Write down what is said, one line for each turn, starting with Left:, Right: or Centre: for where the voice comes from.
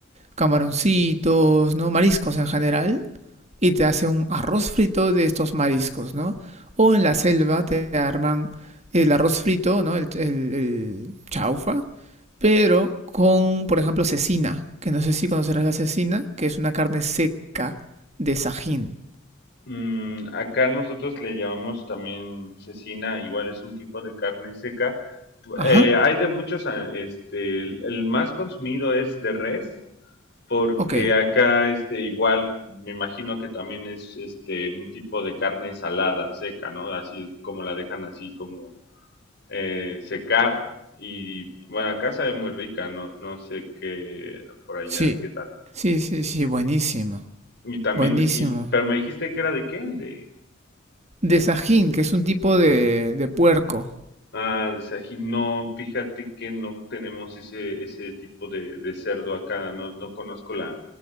Right: camaroncitos, ¿no? Mariscos en general y te hace un arroz frito de estos mariscos, ¿no? O en la selva te arman el arroz frito, ¿no? El, el- el chaufa, pero con, por ejemplo, cecina, que no sé si conocerás la cecina, que es una carne seca de sajín.
Left: Mm, acá nosotros le llamamos también cecina, igual es un tipo de carne seca. Pu-
Right: Ajá,
Left: eh, hay de muchos, a- este, el, el más consumido es de res, porque
Right: ok,
Left: acá, este, igual, me imagino que también es, este, un tipo de carne salada, seca, ¿no? Así como la dejan así como eh, secar. Y bueno, acá sabe muy rica, no, no sé qué por allá,
Right: sí.
Left: qué tal.
Right: Sí, sí, sí, buenísimo,
Left: Y también,
Right: buenísimo.
Left: y, pero me dijiste que era de qué, de
Right: De sajín, que es un tipo de, de puerco.
Left: Ah, de Sajín. No, fíjate que no tenemos ese, ese tipo de, de cerdo acá. No, no conozco la,